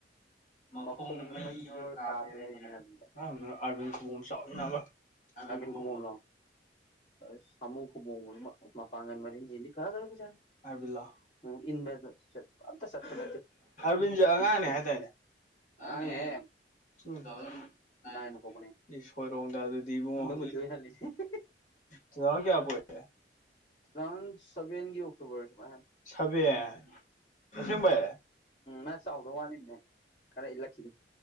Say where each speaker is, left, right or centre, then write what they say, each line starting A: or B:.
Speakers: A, on the left; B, on the left.
A: ꯃꯈꯣꯡꯅ
B: ꯃꯈꯣꯡꯗ
A: ꯃꯩ ꯌꯥꯔ
B: ꯍꯧꯔ
A: ꯀꯥꯞꯄꯦ ꯍꯥꯏꯅꯤꯅ
B: ꯍꯥꯏꯔꯤꯅꯦ ꯑꯥꯔꯕꯤꯟꯗꯣ
A: ꯑꯔꯕꯤꯟ ꯀꯕ ꯆꯥꯎꯅꯥꯔꯕ ꯑꯔꯕꯤꯟ
B: ꯑꯥꯔꯕꯤꯟ ꯈꯨꯕꯣꯝꯂꯣ ꯁꯥꯃꯨ ꯈꯨꯕꯣꯡ ꯃꯄꯥꯡꯒꯜ ꯃꯔꯤꯟꯁꯤꯗꯤ ꯐꯈ꯭ꯔꯕꯖꯥꯠꯅꯤ
A: ꯔꯣ
B: ꯎꯝ ꯏꯟꯕꯗ ꯆꯠꯄ ꯑꯝꯇ ꯆꯠꯄ ꯅꯠꯇꯦ
A: <unintelligible> ꯔꯁꯦ ꯑꯉꯥꯡꯅꯦ ꯍꯥꯏꯇꯥꯔꯅꯦ ꯑꯉꯥꯡꯅꯦ
B: ꯑꯉꯥꯡꯅꯦꯍꯦ
A: ꯇꯨ ꯊꯥꯎꯖꯟ ꯅꯥꯏ
B: ꯅꯥꯏꯟꯗ
A: ꯐ
B: ꯄꯣꯛꯄꯅꯦ
A: ꯏꯁ ꯁꯣꯏꯔꯣꯝꯗ ꯑꯗꯨꯗꯤ ꯏꯕꯨꯡꯉꯣ
B: ꯑꯩꯈꯣꯏ ꯃꯨꯊꯤ ꯍꯣꯏ ꯍꯜꯂꯤꯅꯦ ꯇꯨ
A: ꯆꯤꯖꯥꯛ ꯀꯌꯥ ꯄꯣꯏꯔꯦ
B: ꯊꯥꯎꯖꯟ ꯁꯚꯦꯟꯒꯤ ꯑꯣꯛꯇꯣꯕꯔ ꯁꯨꯃꯥꯏꯅ
A: ꯁꯥꯕꯦꯟ ꯑꯁꯦꯡꯕꯩ
B: ꯅ ꯆꯥꯎꯗ ꯋꯥꯠꯂꯤꯅꯦ ꯈꯔ ꯏꯜꯂꯛꯈꯤꯅꯤ